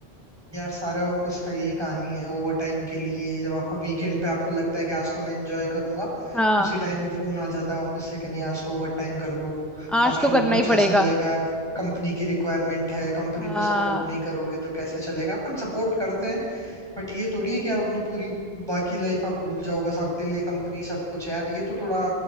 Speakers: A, on the right; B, in the centre.
A: यार सारे ऑफिस का यही कहानी है ओवर टाइम के लिए जब आपका वीकेंड पे आपको लगता है कि आज तो मैं एंजॉय करूंगा
B: हाँ
A: उसी टाइम वो फोन आ जाता है ऑफिस से कि नहीं आज तो ओवर टाइम कर लो
B: आज
A: आपको
B: तो करना
A: कुछ
B: ही पड़ेगा
A: ऐसा रहेगा कंपनी की रिक्वायरमेंट है कंपनी
B: हाँ
A: को सपोर्ट नहीं करोगे तो कैसे चलेगा अपन सपोर्ट करते हैं बट ये थोड़ी है कि आप अपनी पूरी बाकी लाइफ आप भूल जाओ बस आपके लिए कंपनी सब कुछ है यार ये तो थोड़ा